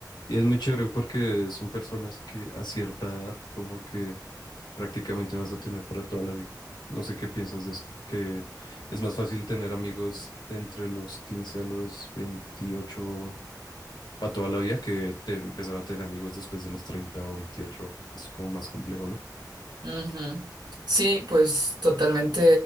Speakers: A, on the left; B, on the right.
A: Y es muy chévere porque son personas que a cierta edad como que prácticamente vas a tener para toda la vida. No sé qué piensas de eso, que es más fácil tener amigos de entre los 15 a los 28 para toda la vida que te- empezar a tener amigos después de los 30 o veintiocho. que es como más complejo, ¿no?
B: Ujú. Sí, pues totalmente